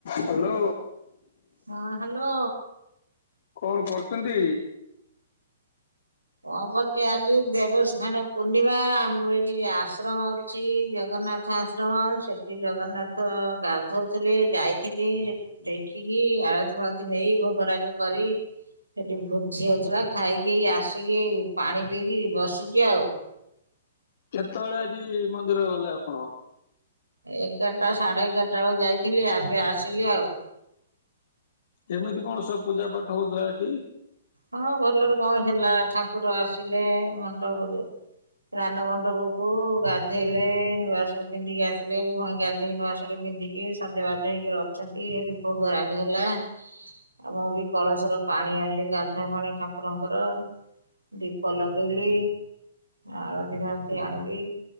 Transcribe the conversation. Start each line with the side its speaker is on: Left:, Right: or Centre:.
Left: Hello
Right: ହଁ hello.
Left: କଣ କରୁଚନ୍ତି?
Right: କଣ କରୁଚି ଆଜି ଦେବସ୍ନାନ ପୂର୍ଣ୍ଣିମା ଆମର ଏଠି ଆଶ୍ରମ ଅଛି ଜଗନ୍ନାଥ ଆଶ୍ରମ ସେଠି ଜଗନ୍ନାଥ ଗାଧଉଥିଲେ ଯାଇଥିଲି ଦେଖିକି ଆଳତି ଫାଳତି ନେଇ ଭୋଗରାଗ କରି ସେଠି ଭୋଜି ହଉଥିଲା ଖାଇକି ଆସିକି ପାଣି ପିଇକି ବସିଛି ଆଉ।
Left: କେତବେଳେ ଆଜି ମନ୍ଦିର ଗଲେ ଆପଣ?
Right: ଏଗାରଟା ସାଢେ ଏଗାରଟା ବେଳକୁ ଯାଇଥିଲି ଏବେ ଆସିଲି ଆଉ।
Left: କେମିତି କଣ ସବୁ ପୂଜା ପାଠ ହଉଥିଲା ଏଠି?
Right: ହଁ ଭଲରେ କଣ ହେଲା ଠାକୁର ଆସିଲେ ମଣ୍ଡପ ରାନ୍ ମଣ୍ଡପକୁ ଗାଧେଇଲେ ନୂଆ <unintelligible> ପିନ୍ଧିକି ଆସିଲେ <unintelligible> ଗାଧୋଇ ନୂଆ <unintelligible> ପନ୍ଧିକି ସଜବାଜ ହେଇକି ରଛନ୍ତି ସେଠି ଭୋଗ ରାଗ ହେଲା। ଆ ମୁଁ ବି କଳସର ପାଣି ଆଣିଲି ଗାଧା ପାଣି ଠାକୁରଙ୍କର ଦୀପ ଲଗେଇଲି ଆଳଦୀ ହଳତି ଆଣିଲି।